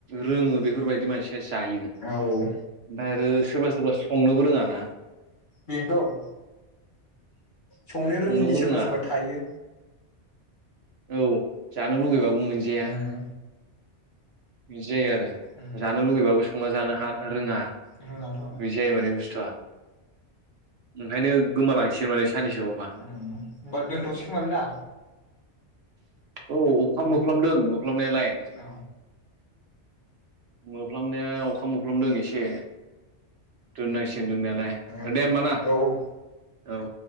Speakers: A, on the right; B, on the left.
A: रोङो बेफोरबायदि मानसि जायो। ओमफ्राय
B: औ
A: आरो सोरबा सोरबा संनोबो रोङा ना
B: बेनथ' संनो रोङिनि
A: संनोबो
B: सोरबा
A: रोङा
B: सोरबा थायो।
A: औ जानो लुबैबाबो मोनजाया
B: उम
A: बिदि जायो आरो
B: उम
A: ओ जानो लुुबैबाबो संना जानो रोङा।
B: रोङाथ'
A: बिदि जायो माने बुस्थुआ, ओंखायनो गोमालांसै माने साननैसोआवबा
B: होनबा दोनथ'सै खोमालै ना?
A: औ अखा मोफ्लाामदों मोफ्लाबनायालाय
B: औ
A: मोफ्लाामनाया अखा मोनोफ्लाामदों एसे दोननांसि दोननायालाय,
B: औ
A: दे होनबा ना,
B: औ औ
A: औ।